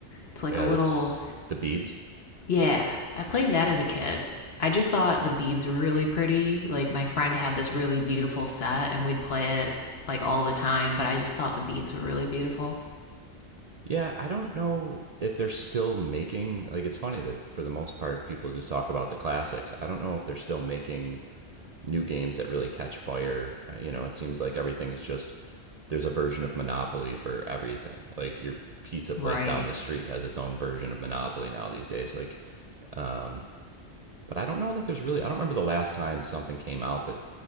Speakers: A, on the left; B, on the right.
A: It's like
B: Yeah,
A: a little.
B: that's with the beads.
A: Yeah, I played that as a kid. I just thought the beads were really pretty. Like my friend had this really beautiful set, and we'd play it like all the time. But I just thought the beads were really beautiful.
B: Yeah, I don't know if they're still making like it's funny that for the most part people just talk about the classics. I don't know if they're still making new games that really catch fire. Uh, You know, it seems like everything's just there's a version of Monopoly for everything. Like your pizza place
A: Right.
B: down the street has its own version of Monopoly now these days. Like, um, but I don't know that there's really. I don't remember the last time something came out that